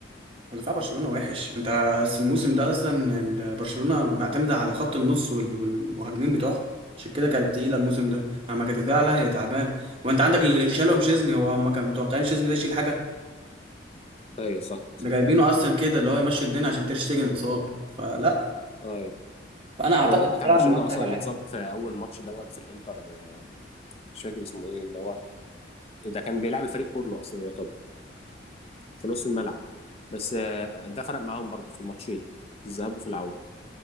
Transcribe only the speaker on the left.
ايوه صح صح
ايوه
والواد بتاع
برشلونه
اصلا
اللي
اتصاب في اول ماتش دوت في الانتر آه، مش فاكر اسمه ايه اللي هو ده كان بيلعب الفريق كله اصلا يعتبر في نص الملعب بس آه، ده فرق معاهم برضو في الماتشين في الذهاب وفي العوده